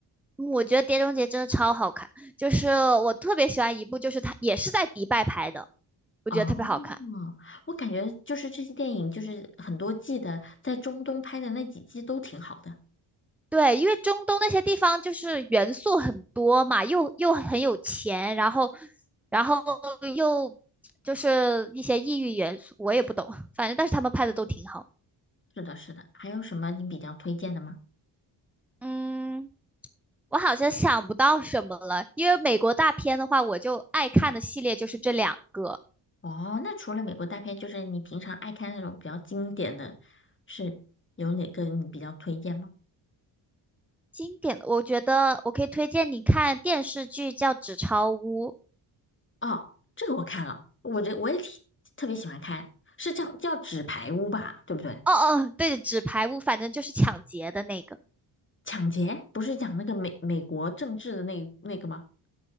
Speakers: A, in the centre; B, on the left.
A: 嗯我觉得《碟中谍》真的超好看，就是我特别喜欢一部，就是它也是在迪拜拍的，我觉得特别好看。
B: 哦，我感觉就是这些电影，就是很多季的，在中东拍的那几季都挺好的。
A: 对，因为中东那些地方就是元素很多嘛，又又很有钱，然后然后又就是一些异域元素，我也不懂，反正但是他们拍的都挺好。
B: 是的，是的。还有什么你比较推荐的吗？
A: 嗯，我好像想不到什么了，因为美国大片的话，我就爱看的系列就是这两个
B: 哦，那除了美国大片，就是你平常爱看那种比较经典的，是有哪个你比较推荐吗？
A: 经典的，我觉得我可以推荐你看电视剧叫《纸钞屋》。
B: 哦，这个我看了，我这我也挺特别喜欢看，是叫叫《纸牌屋》吧，对不对？
A: 哦哦，对，纸牌屋，反正就是抢劫的那个。
B: 抢劫不是讲那个美美国政治的那那个吗？